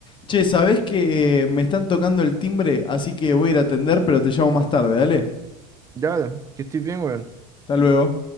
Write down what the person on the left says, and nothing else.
che, ¿sabés que me están tocando el timbre? Así que voy a ir a atender, pero te llamo más tarde, dale.
Hasta luego.